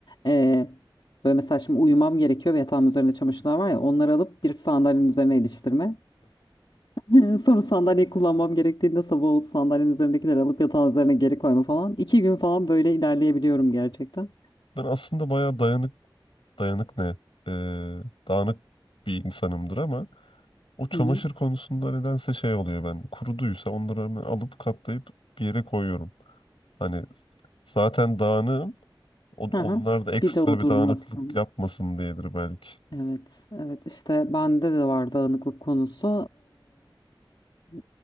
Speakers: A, on the left (about 65°); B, on the left (about 85°).
A: Ee, böyle mesela şimdi uyumam gerekiyor ve yatağımın üzerinde çamaşırlar var ya onları alıp bir sandalyenin üzerine iliştirme. <laughs> Sonra sandalyeyi kullanmam gerektiğinde sabah oldu sandalyenin üzerindekileri alıp yatağın üzerine geri koyma falan. İki gün falan böyle ilerleyebiliyorum gerçekten.
B: Ben aslında bayağı dayanık dayanık ne? Ee, dağınık bir insanımdır ama o çamaşır
A: Hı hı.
B: konusunda nedense şey oluyor ben. Kuruduysa onları hemen alıp katlayıp bir yere koyuyorum. Hani zaten dağınığım. O-
A: Hı
B: Onlar
A: hı.
B: da ekstra
A: Bir de o
B: bir
A: durmasın.
B: dağınıklık yapmasın diyedir belki.
A: Evet, evet işte bende de var dağınıklık konusu. Ee,